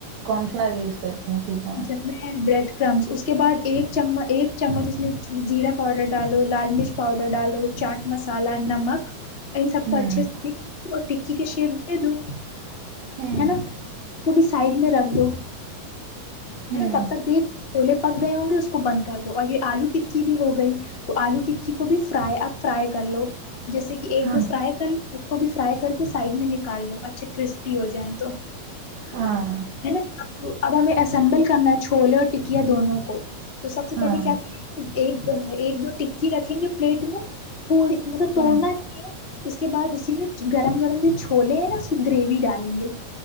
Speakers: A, on the right; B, on the left.
A: کارن فلاور یوز کرتی ہوں چیزیں
B: ج <unintelligible> ڈ کرم اس کے بعد ایک ایک چمچ اس میں زیرا پاؤڈر ڈالو لال مرچ پاؤڈر ڈالو چاٹ مسالہ نمک ان سب
A: ہوں
B: کو اچھے سے اور ٹکی کے شیپ دے دو
A: ہوں
B: ہے نا بھی سائڈ میں رکھ دو
A: ہوں
B: نا تب تک دیکھ چھولے پک گئے ہوں گے اس کو بند کر دو اور یہ آلو ٹکی بھی ہو گئی تو آلو ٹکی کو بھی فرائی اب فرائی کر لو جیسے کہ ایک
A: ہاں
B: دو فرائی کر ل اس کو بھی فرائی کر کے سائڈ میں نکال لو اچھے کرسپی ہو جائیں تو
A: ہاں
B: ہے نا اب اب ہمیں اسمبل کرنا ہے چھولے اور ٹکیا دونوں کو تو سب سے پہلے
A: ہاں
B: کیا کریں گے ایک ایک دو ٹکی رکھیں گے پلیٹ میں پول مطلب توڑنا
A: ہاں
B: چ ہے اس کے بعد اسی میں گرم گرم جو چھولے ہیں نا اس کی گریوی ڈالیں گے